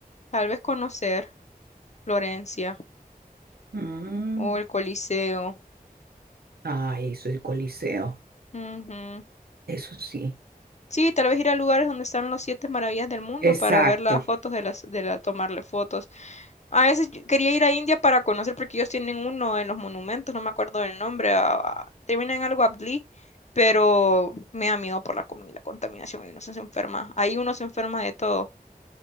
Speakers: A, on the left; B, on the right.
A: Tal vez conocer. Florencia
B: Mm.
A: o el Coliseo.
B: Ay, soy el Coliseo.
A: Ujú.
B: Eso sí,
A: Sí, tal vez ir a lugares donde están los siete maravillas del mundo
B: exacto,
A: para ver las fotos de las, de la, tomarle fotos. A veces yo quería ir a India para conocer porque ellos tienen uno en los monumentos, no me acuerdo del nombre, a- a- termina en algo Abdi, pero me da miedo por la comida y la contaminación, y uno se enferma, ahí uno se enferma de todo.